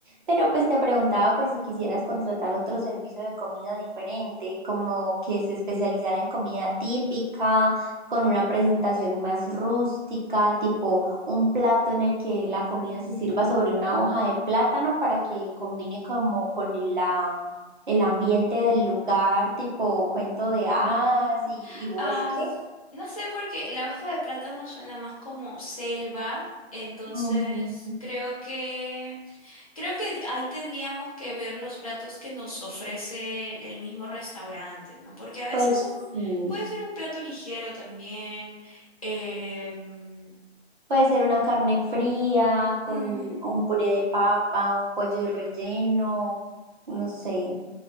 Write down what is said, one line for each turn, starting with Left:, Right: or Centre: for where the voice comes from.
Right: pero pues te preguntaba por si quisieras contratar otro servicio de comida diferente, como que se especializara en comida típica, con una presentación más rústica, tipo un plato en el que la comida
Left: ujú,
Right: se sirva sobre una hoja de plátano para que combine como con la el ambiente del lugar, tipo cuento de hadas
Left: ujú.
Right: y, y bosque.
Left: Am, no sé porque la hoja de plátano suena más como selva, entonces
Right: Mm,
Left: creo que Creo que ahí tendríamos que ver los platos que nos ofrece el el mismo restaurante, ¿no? Porque a veces
Right: Pues
Left: son,
Right: sí,
Left: puede ser un plato ligero también. em,
Right: puede ser una carne fría con
Left: mm,
Right: un puré de papa, un pollo relleno, no sé.